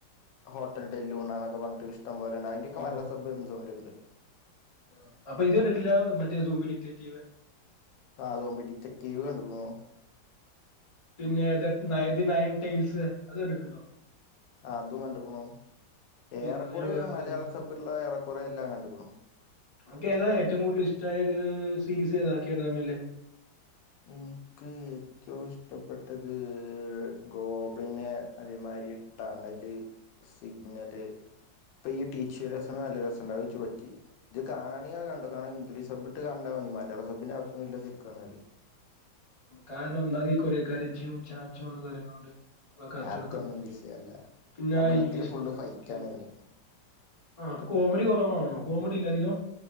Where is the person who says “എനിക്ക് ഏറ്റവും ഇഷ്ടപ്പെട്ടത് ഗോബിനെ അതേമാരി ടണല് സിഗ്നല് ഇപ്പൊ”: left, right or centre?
Left